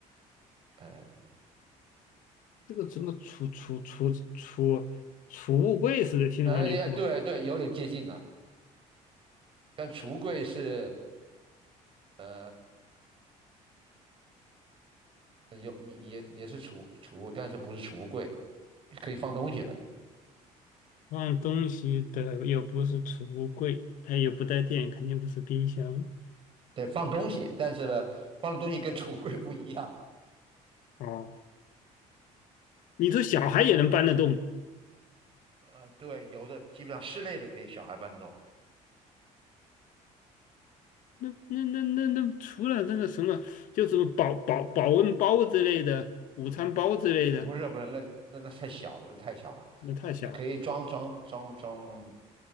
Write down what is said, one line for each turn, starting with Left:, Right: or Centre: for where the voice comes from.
Right: 哎
Left: 这个什么储储储储储物柜似的，听上去是吧？
Right: 哎呀，对对，有点接近了。但橱柜是呃有也也是储储物，但是不是储物柜，可以放东西的。
Left: 放东西的又不是储物柜，它又不带电，肯定不是冰箱。
Right: 对，放东西，但是呢，放的东西跟 <laughs> 储物柜不一样。
Left: 哦，你说小孩也能搬得动？
Right: 呃，对，有的基本上室内的可以小孩搬动，
Left: 那那那那那除了那个什么，就是保保保温包之类的，午餐包之类的，
Right: 不是不是，那那那太小了，那太小了，
Left: 那太小了，
Right: 那可以装装装装